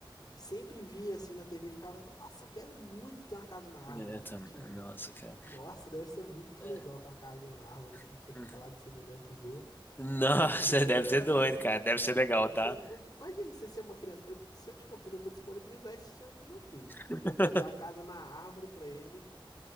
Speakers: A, on the left; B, on the left.
A: Sempre via assim na TV, e ficava, nossa, eu quero muito ter uma casa na árvore.
B: É, Eu
A: Nunca
B: também.
A: tive.
B: Nossa, cara.
A: Nossa, deve ser muito
B: É.
A: legal ter uma casinha na árvore, assim,
B: <laughs>
A: que você fica lá de cima olhando pros outros.
B: Nossa,
A: <laughs>
B: deve ser doido, cara. Deve ser legal,
A: Deve
B: tá?
A: ser bom. de- Imagina você ser uma criança. Eu, se eu tiver um filho, eu vou disponibilizar esse sonho pro meu filho. fi.
B: <laughs>
A: Fazer uma casa na árvore pra ele,